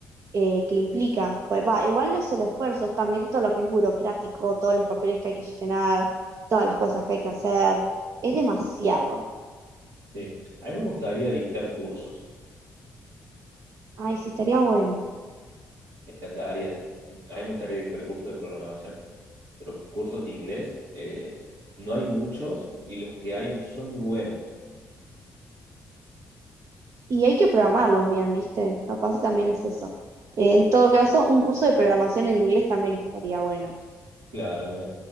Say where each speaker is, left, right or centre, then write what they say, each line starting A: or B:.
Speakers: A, on the right (about 60°); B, on the right (about 80°).
A: eh, que implica. Pues, va, igual no es solo esfuerzo, es también todo lo que es burocrático, todos los papeles que hay que llenar, todas las cosas que hay que hacer. Es demasiado.
B: Sí. A mí me gustaría dictar cursos,
A: Ay, sí, estaría bueno.
B: me encantaría. A mí me gustaría dictar cursos de programación. pero cursos de inglés eh, no hay muchos y los que hay no son muy buenos.
A: Y hay que programarlos bien, ¿viste? Capaz también es eso. Eh, en todo caso, un curso de programación en inglés también estaría bueno.
B: Claro, mira,